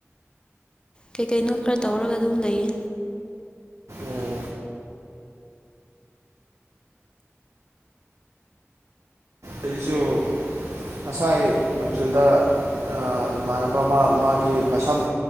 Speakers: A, on the left; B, on the right.
A: ꯀꯩꯀꯩꯅꯣ ꯈꯔ ꯇꯧꯔꯒ ꯑꯗꯨꯝ ꯂꯩꯌꯦ
B: ꯑꯣ ꯑꯩꯖꯨ ꯉꯁꯥꯏ ꯅꯨꯡꯊꯤꯜꯗ ꯑꯥ ꯏꯃꯥꯟꯅꯕ ꯑꯃꯥ ꯃꯥꯒꯤ ꯃꯁꯝ